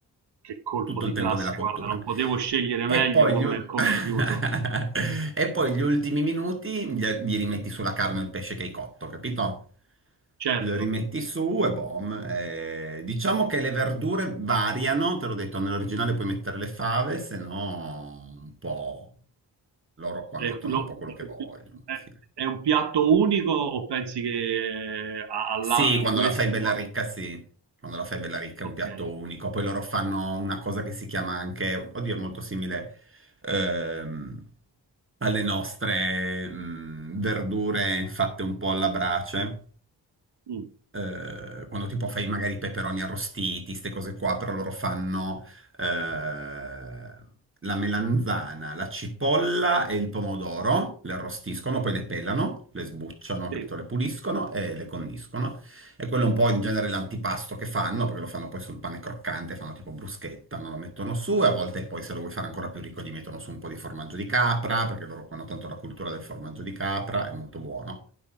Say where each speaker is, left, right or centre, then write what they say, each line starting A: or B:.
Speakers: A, on the right; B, on the right.
A: Che colpo
B: tutto
A: di
B: il tempo
A: classe,
B: della cottura.
A: guarda, non potevo scegliere
B: E
A: meglio
B: poi
A: come,
B: gli, ul-
A: come
B: <laughs>
A: aiuto.
B: e poi gli ultimi minuti gli, gli rimetti sulla carne o il pesce che hai cotto, capito?
A: Certo,
B: Lo rimetti su e boom. eh, diciamo che le verdure variano, te l'ho detto, nell'originale puoi mettere le fave, se no un po'... Loro qua
A: eh,
B: mettono
A: lo-
B: un po' quello
A: eh,
B: che vogliono alla fine.
A: è un piatto unico o pensi che eh, a- al
B: Sì,
A: lato
B: quando
A: di questo
B: la fai bella
A: ci possa...
B: ricca, sì. Quando la fai bella ricca
A: Ok,
B: è un piatto unico. Poi loro fanno una cosa che si chiama anche, oddio, è molto simile ehm, alle nostre mm, verdure fatte un po' alla brace.
A: Mm,
B: eh, quando tipo fai magari i peperoni arrostiti, queste cose qua, però loro fanno eh, la melanzana, la cipolla e il pomodoro, le arrostiscono, poi le pelano, le sbucciano, capito?
A: sì.
B: Le puliscono e le condiscono. E quello è un po' in genere l'antipasto che fanno, perché lo fanno poi sul pane croccante, fanno tipo bruschetta, non lo mettono su e a volte poi se lo vuoi fare ancora più ricco gli mettono su un po' di formaggio di capra, perché loro hanno tanto la cultura del formaggio di capra, è molto buono.